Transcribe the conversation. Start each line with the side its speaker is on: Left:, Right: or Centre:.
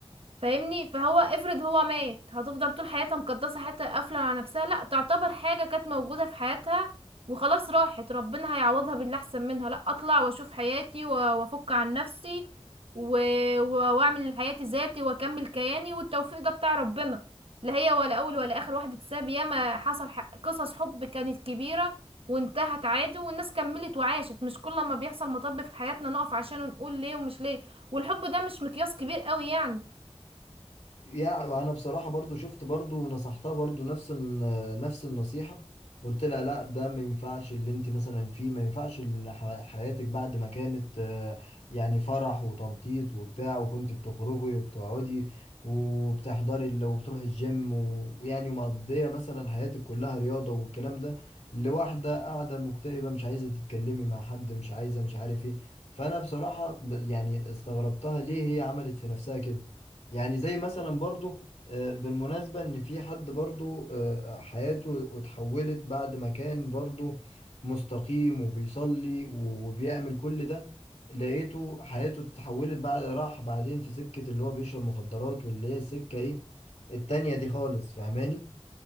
Right: فاهمني فهو افرض هو مات هتفضل طول حياتها مقدسة حياتها قافلة على نفسها لا تعتبر حاجة كانت موجودة في حياتها وخلاص راحت ربنا هيعوضها باللي احسن منها لا اطلع واشوف حياتي و- وافك عن نفسي و... و- واعمل حياتي ذاتي واكمل كياني والتوفيق ده بتاع ربنا لا هي ولا اول ولا اخر واحدة تساب ياما حصل ح... قصص حب كانت كبيرة وانتهت عادي والناس كملت وعاشت مش كل ما بيحصل مطب في حياتنا نقف عشان نقول ليه ومش ليه والحب ده مش مقياس كبير قوي يعني
Left: يعني انا بصراحه برضو شفت برضو ونصحتها برضو نفس الن- نفس النصيحه قلت لها لا ده ما ينفعش اللي انت مثلا فيه ما ينفعش ان ح- حياتك بعد ما كانت آه، يعني فرح وتنطيط وبتاع وكنت بتخرجي وبتقعدي وبتحضري ال- وبتروحي الجيم و- ويعني مقضيه مثلا حياتك كلها رياضه والكلام ده لواحده قاعده مكتئبه مش عايزه تتكلمي مع حد مش عايزه مش عارف ايه فانا بصراحه ب- يعني استغربتها ليه هي عملت في نفسها كده يعني زي مثلا برضو آه، بالمناسبة ان في حد برضو آه، حياته اتحولت بعد ما كان برضو مستقيم وبيصلي وبيعمل كل ده لقيته حياته اتحولت بعد راح بعدين في سكة اللي هو بيشرب مخدرات واللي هي السكة ايه التانية دي خالص فاهماني